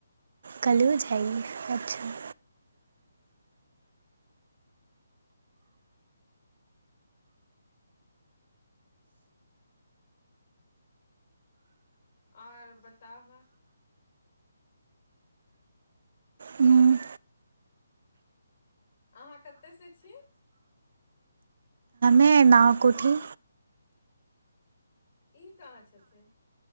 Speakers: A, on the right; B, on the left.
A: कलहु जाइ अच्छा
B: आर बताब
A: हम्म
B: अहाँ कत से छी
A: हे नाव कोुठी
B: ई कहाँ छथिन